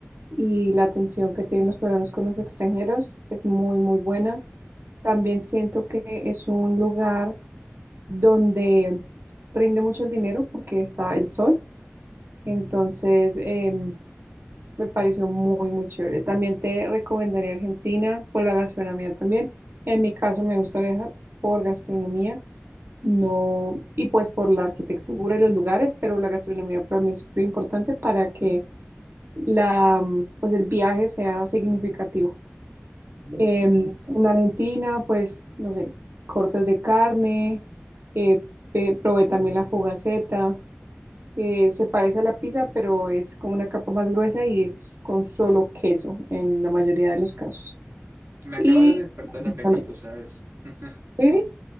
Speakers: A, on the right; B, on the right.
A: y la atención que tienen los peruanos con los extranjeros es muy, muy buena. También siento que es un lugar donde rinde mucho el dinero porque está el sol, entonces em, me pareció muy, muy chévere. También te recomendaría Argentina por la gastronomía también. En mi caso me gusta viajar por gastronomía. No, y pues por la arquitectura y los lugares, pero la gastronomía para mí es súper importante para que la, mm, pues el viaje sea significativo.
B: mm,
A: Em,
B: que
A: en Argentina, pues, no sé, cortes de carne, eh, pe- probé también la fugaceta, que se parece a la pizza, pero es como una capa más gruesa y es con solo queso en la mayoría de los casos.
B: me
A: Y
B: acaba de despertar el apetito,
A: también,
B: ¿sabes? <laughs>
A: ¿sí?